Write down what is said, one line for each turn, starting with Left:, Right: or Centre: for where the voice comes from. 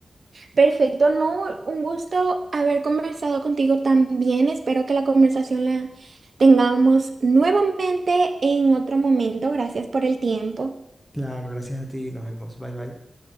Right: perfecto. No, un gusto haber conversado contigo también. Espero que la conversación la tengamos nuevamente en otro momento. Gracias por el tiempo.
Centre: Claro, gracias a ti. Nos vemos. Bye bye.